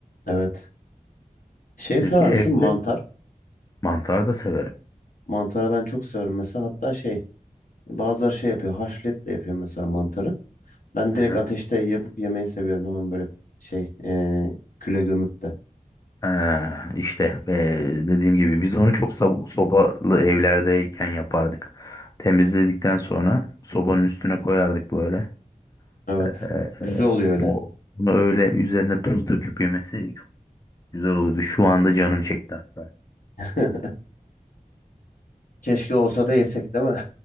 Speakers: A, on the left; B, on the left.
A: Evet. Şey
B: Peki
A: sever
B: evde
A: misin? Mantar.
B: mantar da severim.
A: Mantarı ben çok severim mesela. Hatta şey bazıları şey yapıyor. Haşlayıp de yapıyor mesela mantarı. Ben
B: Aha.
A: direkt ateşte yapıp yemeyi seviyorum. Hemen böyle şey eee, küle gömüp de.
B: Ha, işte ve dediğim gibi biz onu çok sab- sobalı evlerdeyken yapardık. Temizledikten sonra sobanın üstüne koyardık böyle.
A: Evet.
B: Ee,
A: Güzel oluyor öyle.
B: o, bunu öyle üzerine tuz döküp yemesi çok güzel olurdu. Şu anda canım çekti hatta.
A: <laughs> Keşke olsa da yesek değil mi?